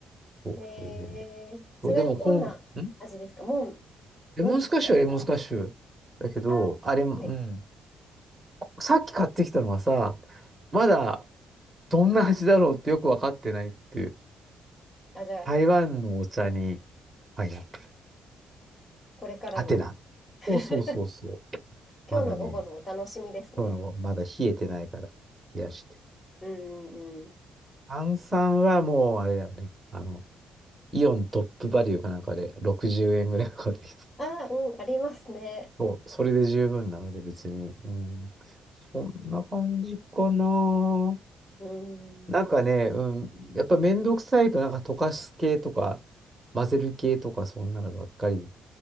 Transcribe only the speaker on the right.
そう、
それでね。
そう、でも、こん、んレモンスカッシュはレモンスカッシュだけど、
あれ、うん。
さっき買ってきたのはさ、まだどんな味だろうってよくわかってないっていう。
台湾のお茶にパイナップル。
アテナ。
そうそうそうそう。
まだね、今日のまだ冷えてないから冷やして。
炭酸はもうあれだよね。あの、イオントップバリューかなんかで60円ぐらいかかってきた
そう、それで十分なので別に。うん。そんな感じかな。
なんかね、
うん、やっぱめんどくさいと、なんか溶かす系とか、混ぜる系とか、そんなのばっかり